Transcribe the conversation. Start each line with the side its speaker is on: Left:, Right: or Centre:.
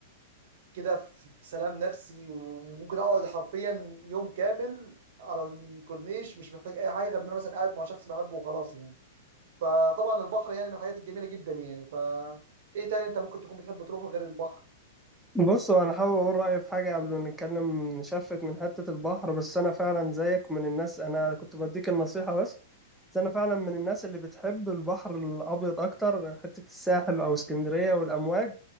Right: كده في في سلام نفسي وممكن اقعد حرفيا يوم كامل على الكورنيش مش محتاج اي حاجه غير ان انا مثلا قاعد مع شخص بحبه وخلاص يعني فطبعا البحر يعني من الحاجات الجميله جدا يعني ف ايه تاني انت ممكن تكون بتحب تروحه غير البحر
Centre: بص هو انا حابب اقول رايي في حاجه قبل ما نتكلم نشفت من حته البحر بس انا فعلا زيك من الناس انا كنت بديك النصيحه بس بس انا فعلا من الناس اللي بتحب البحر الابيض اكتر حته الساحل او اسكندريه والامواج